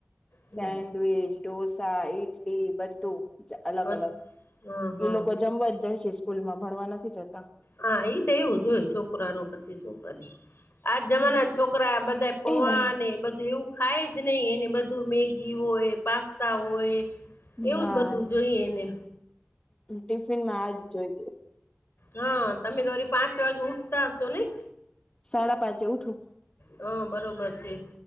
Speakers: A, on the left; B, on the left.
A: હમ
B: સેન્ડવીચ, ઢોંસા, ઈટલી, બધું અલગ
A: અ
B: અલગ
A: હા હા
B: એઈ લોકો જમવા જ જાય છે, સ્કૂલ માં ભણવા નથી જતાં
A: હા ઈ તો એવું જ હોય છોકરાનું પછી શું કરે? આજ જમાનાના
B: હમ.
A: છોકરા બધા પોવા
B: એ ભાઈ
A: અને બધું એવું ખાય જ નય એને બધું મેગી હોય, પાસ્તા હોય એવું
B: હા
A: જ બધું જોઈએ એને
B: ટિફિનમાં આજ જોઈ
A: હા તમે તો વરી પાંચ વાગે ઉઠતા હશો નઈ?
B: સાડા પાંચે ઉઠું
A: હ બરોબર છે.